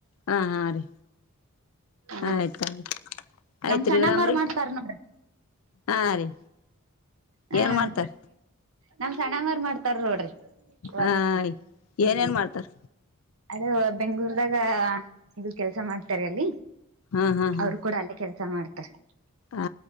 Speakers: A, on the left; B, on the right.
A: ಹಾ ಹಾ ರೀ
B: ಹ
A: ಆಯ್ತಾಯಯ್ತು ಆಯ್ತ್ರಿೀ
B: ನಮ್ ಸಣ್ಣಮ್ಮರ್
A: ಗಡಂಬ್ರರಿ
B: ಮಾಡ್ತಾರ ನೋಡ್ರಿ
A: ಹಾ ರೀ
B: ಹ
A: ಏನ್ ಮಾಡ್ತಾರ
B: ನಾವ್ ಸಣ ಮಾರ ಮಾಡ್ತ ತರ್ ನೋಡ್ರಿ ವರ್ಕ್
A: ಹಾಯ್
B: ಹ್ಮ್
A: ಏನೇನ್ ಮಾಡ್ತಾರ
B: ಅದು ಬೆಂಗಗಳೂರ್ದಾಗ ಇದು ಕೆಲ್ಸ ಮಾಡ್ತಾರೆ ಅಲ್ಲಿ
A: ಹಾ ಹಾ ಹಾ
B: ಅವ್ರು ಕೂಡ ಅಲ್ಲೇ ಕೆಲ್ಸ ಮಾಡ್ತಾರೆ
A: ಹಾ